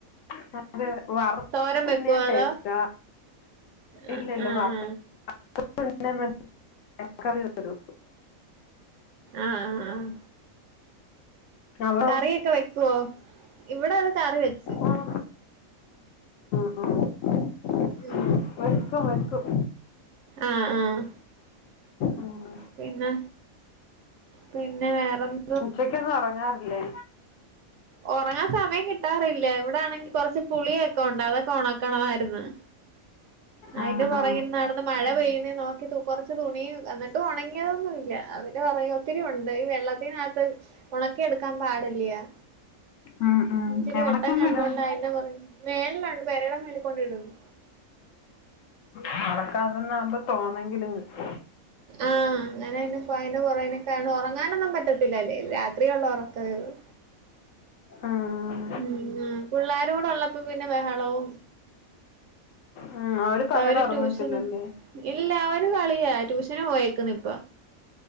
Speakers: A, on the left (about 70°); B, on the right (about 65°).
A: <unintelligible> വറുത്ത
B: തോരം
A: പിന്നേ
B: വെക്കുവോ അതോ
A: ടേസ്റ്റ
B: ആഹ്
A: ഇല്ലാലോ
B: ആഹ്
A: <unintelligible> <unintelligible>
B: ആഹ് ആഹ് ആഹ്
A: അവളോ
B: കറിയൊക്കെ വെക്കുവോ ഇവിട അത് കറി വെച്ച്
A: ഉം, <inaudible>
B: ഉം
A: വെക്കും വെക്കും
B: ആഹ് ആഹ്
A: ഉം.
B: പിന്നെ പിന്നെ വേറെ എ
A: ഉച്ചക്കൊന്നും ഒറങ്ങാറില്ലേ?
B: ഒറങ്ങാൻ സമയം കിട്ടാറില്ല, ഇവിടാണെങ്കി കൊറച്ച് പുളിയൊക്കെ ഒണ്ട് അതൊക്കെ ഉണക്കണമായിരുന്നു. അയ്ന്റെ
A: ആ
B: പുറകിന്ന്
A: ആ
B: നടന്ന് മഴ പെയ്യുന്നേ നോക്കി തു കൊറച്ച് തുണി എന്നിട്ട് ഒണങ്ങിയതൊന്നും ഇല്ല, അതിന്റെ പ പൊറകെ ഒത്തിരി ഒണ്ട് ഈ വെള്ളത്തിനാത് ത് ഒണക്കി എടുക്കാൻ പാടല്ലയാ
A: ഉം ഉം
B: ഇച്ചിരി
A: എവിടെ
B: വെട്ടം
A: കൊണ്ടിടും
B: കണ്ടോണ്ട് അതിന്റെ പൊറക് മേളിലൊണ്ട്, പേരടെ മേളിൽ കൊണ്ടിടുന്നു.
A: ആ അടക്കാതന്ന ആകുമ്പ തോന്നെങ്കിലും കിട്ടും.
B: ആഹ് അങ്ങനയോണ്ട് കോയന്റെ <unintelligible> ഒറങ്ങാനൊന്നും പറ്റത്തില്ലല്ലേ രാ ത്രിയിൽ ഒള്ള ഒറക്കവേ ഒള്ളു.
A: ഉം.
B: <unintelligible> പിള്ളാ രുടെ ഒള്ളപ്പോ പിന്നെ ബഹളവും
A: ഉം
B: ഇപ്പ
A: പകല്
B: അവര്
A: ഉറങ്ങത്തില്ലല്ലേ
B: ട്യൂഷന് ഇല്ല അവര് കളിയാ ട്യൂഷന് പോയേക്കുന്നു ഇപ്പ.